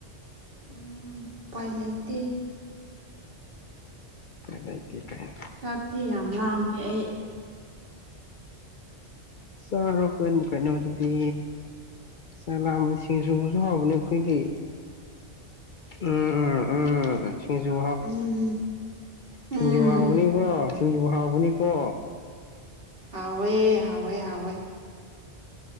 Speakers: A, on the right; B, on the left.
A: ꯎꯝ ꯎꯄꯥꯏꯂꯩꯇꯦ
B: ꯎꯄꯥꯏꯂꯩꯇꯦ ꯀꯥꯏꯅ
A: ꯆꯥꯛꯇꯤ ꯌꯥꯝ ꯂꯃꯦ ꯑꯩ
B: ꯆꯥꯔꯣ ꯀꯩꯅ ꯀꯩꯅꯣ ꯑꯗꯨꯗꯤ ꯆꯥꯛ ꯂꯥꯝꯕ ꯁꯤꯡꯖꯨ ꯍꯥꯎꯕꯅꯦ ꯑꯩꯈꯣꯏꯒꯤ ꯎꯝ ꯎꯝ ꯎꯝ ꯁꯤꯡꯖꯨ
A: ꯎꯝ ꯎꯝ
B: ꯁꯤꯡꯖꯨ ꯍꯥꯎꯕꯅꯤ ꯀꯣ ꯁꯤꯡꯖꯨ ꯍꯥꯥꯎꯕꯅꯤ ꯀꯣ
A: ꯍꯥꯎꯑꯦ ꯍꯤꯎꯑꯦ ꯍꯥꯎꯑꯦ